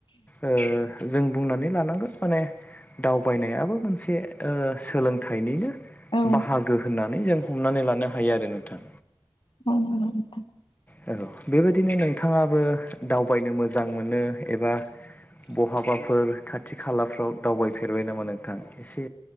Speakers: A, on the left; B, on the left.
A: ओ जों बुंनानै लानांगोन माने दावबायनायाबो मोनसे सोलोंथाइनिनो
B: औ
A: बाहागो होननानै जों हमनानै लानो हायो आरो नोंथां
B: औ नंगौ नोंथां
A: औ बेबायदिनो नोंथाङा बो दावबायनो मोजां मोनो एबा बहाबाफोर खाथि खालाफ्राव दावबायफेरबाय नामा नोंथां एसे